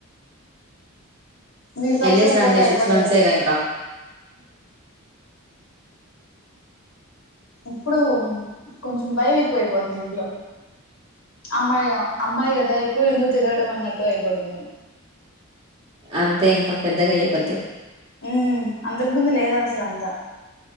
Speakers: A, on the left; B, on the right.
A: వీళ్ళతో
B: ఎళ్ళేసి
A: ఒకసారి
B: రండి
A: పోతే అయిపోతాది
B: సిక్స్ మంత్సేగా
A: గద!
B: ఇంకా
A: ఇప్పుడు కొంచెం భయం ఎక్కువయిపోతుంది ఇంట్లో. అమ్మాయి అమ్మాయి కదా ఎక్కువ ఎందుకు తిరగడం అన్నట్టు అయిపోతుంది.
B: అంతే ఇంకా పెద్దగా అయ్యే కొద్ది.
A: హ్మ్! అంతకు ముందు లేద అస సంత్రా!